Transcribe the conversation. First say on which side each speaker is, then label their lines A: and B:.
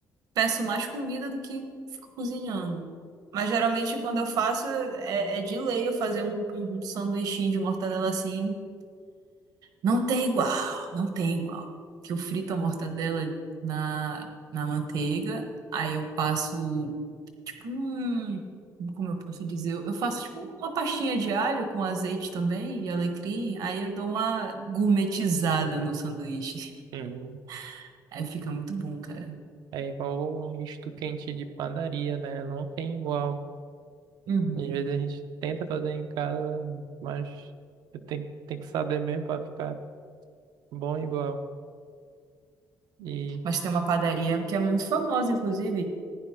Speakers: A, on the right; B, on the right.
A: peço mais comida do que fico cozinhando. Mas geralmente quando eu faço, é, é de lei eu fazer um, um sanduichinho de mortadela assim. Não tem igual, não tem igual. Que eu frito a mortadela na, na manteiga, aí eu passo. tipo um, como eu posso dizer, eu faço tipo uma pastinha de alho com azeite também e alecrim, aí eu dou uma gourmetizada no sanduíche.
B: Uhum.
A: <laughs> Aí fica muito bom, cara.
B: É igual o misto quente de padaria, né? Não tem igual.
A: Uhum.
B: Às vezes a gente tenta fazer em casa, mas tem, tem que saber mesmo pra ficar bom igual. E,
A: Mas tem uma padaria que é muito famosa, inclusive,